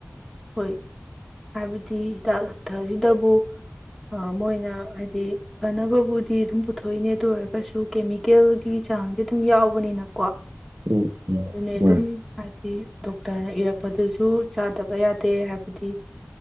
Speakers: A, in the centre; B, on the right.
A: ꯍꯣꯏ ꯍꯥꯏꯕꯗꯤ ꯍꯤꯗꯥꯛ ꯂꯥꯡꯊꯛꯁꯤꯗꯕꯨ ꯃꯣꯏꯅ ꯍꯥꯏꯗꯤ ꯐꯅꯕꯕꯨꯗꯤ ꯑꯗꯨꯝ ꯄꯨꯊꯣꯛꯏꯅꯦ ꯑꯗꯨ ꯑꯣꯏꯔꯒꯁꯨ ꯀꯦꯃꯤꯀꯦꯜꯒꯤ ꯆꯥꯡꯁꯦ ꯑꯗꯨꯝ ꯌꯥꯎꯕꯅꯤꯅ ꯀꯣ
B: ꯎꯝ ꯎꯝ
A: ꯑꯗꯨꯅꯦ
B: ꯍꯣꯏ
A: ꯑꯗꯨꯝ ꯍꯥꯏꯗꯤ ꯗꯣꯛꯇꯔꯅ ꯏꯔꯛꯄꯗꯁꯨ ꯆꯥꯗꯕ ꯌꯥꯗ ꯐ ꯇꯦ ꯍꯥꯏꯕꯗꯤ